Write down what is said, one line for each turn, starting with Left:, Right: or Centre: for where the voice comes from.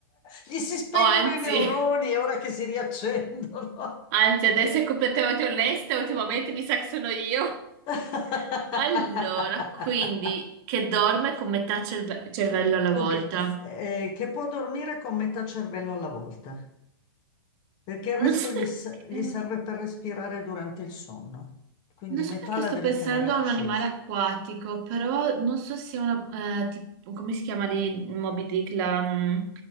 Left: Gli si spengono
Right: O anzi,
Left: i neuroni e ora che si riaccendono.
Right: anzi, ad essere completamente onesta, ultimamente mi sa che sono io.
Left: <laughs>
Right: Allora, quindi, che dorme con metà cerve- cervello alla
Left: Dunque,
Right: volta.
Left: eh, che può dormire con metà cervello alla volta? Perché il resto
Right: Non so
Left: gli, s-
Right: perché.
Left: gli serve per respirare durante il sonno, quindi
Right: Non so
Left: metà
Right: perché
Left: la
Right: sto
Left: deve
Right: pensando
Left: tenere accesa,
Right: a un animale acquatico, però non so se è una, eh, tipo- come si chiama di Moby Dick la, mm,